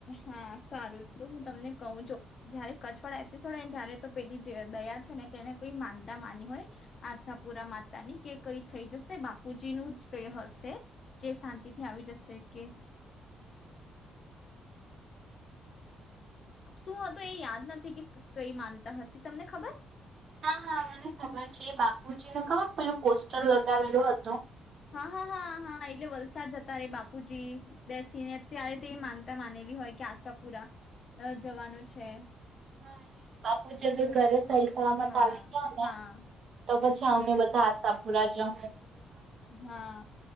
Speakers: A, on the left; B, on the right.
A: હા સારું તો હું તમને કહું જો. જયારે કચ્છવાળા એપિસોડ હોય ને ત્યારે તો પેલી જે દયા છે ને તેને કોઈ માનતા માની હોય આશાપુરા માતાની, કે કઈ થઈ જશે બાપુજીન એવું જ કઇ હશે કે શાંતિથી આવી જશે કે
B: <unintelligible>
A: શું હતો એ યાદ નથી કે કઈ માનતા હતી તમને ખબર?
B: હા હા મને ખબર છે એ બાપુજી નું ખબર પેલું પોસ્ટર લગાવેલું હતું.
A: હા હા હા હા એટલે વલસાડ જતા રે બાપુજી બેસીને ત્યારે તે માનતા માનેલી હોય. કે આશાપુરા જવાનું છે.
B: હા બાપુ જગર ઘરે સહી સલામત
A: હા
B: આવી ગયા ને
A: હા
B: ત પછી અમે બધા આશાપુરા જહુ.
A: હા